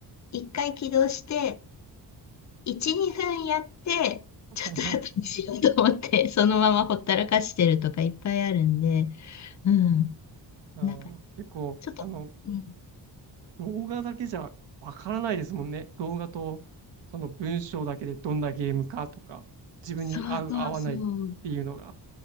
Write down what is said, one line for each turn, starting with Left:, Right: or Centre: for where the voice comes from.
Left: 一回起動して、1、2分やって、
Right: ー
Left: ちょっと後にしようと思って、
Right: <laughs>
Left: <laughs> そのままほったらかしてるとかいっぱいあるんで、うん。
Right: あー、
Left: なんか、
Right: 結構、
Left: ちょっと、
Right: あの、
Left: うん。
Right: 動画だけじゃわからないですもんね。動画と、その文章だけでどんなゲームかとか、自分に合う、
Left: そうそうそう。
Right: 合わないっていうのが。